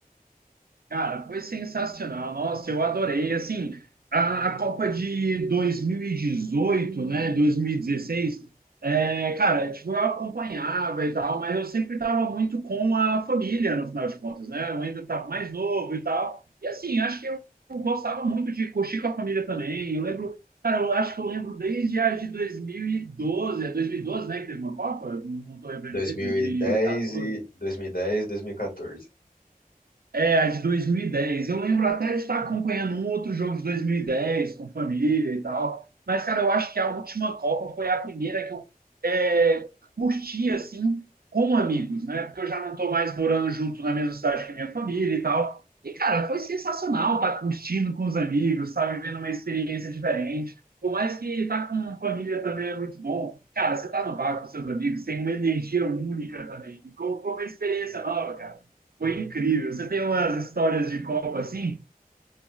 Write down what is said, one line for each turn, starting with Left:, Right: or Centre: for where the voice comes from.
Right: Cara, foi sensacional. Nossa, eu adorei. Assim, a, a Copa de 2018, né, 2016, é, cara, tipo, eu acompanhava e tal, mas eu sempre estava muito com a família, no final de contas, né? Eu ainda estava mais novo e tal. E assim, acho que eu gostava muito de curtir com a família também. Eu lembro, cara, eu acho que eu lembro desde a de 2012, é 2012, né, que teve uma Copa? Não, não tô lembrando
Left: 2010
Right: direito, 2014.
Left: e 2010, 2014.
Right: É, a de 2010. Eu lembro até de estar acompanhando um outro jogo de 2010 com família e tal. Mas, cara, eu acho que a última Copa foi a primeira que eu é, curti, assim, com amigos, né? Porque eu já não estou mais morando junto na mesma cidade que minha família e tal. E, cara, foi sensacional estar curtindo com os amigos, estar vivendo uma experiência diferente. Por mais que estar com família também é muito bom. Cara, você tá no bar com seus amigos, tem uma energia única também. E com como uma experiência nova, cara. Foi incrível. Você tem umas histórias de Copa assim?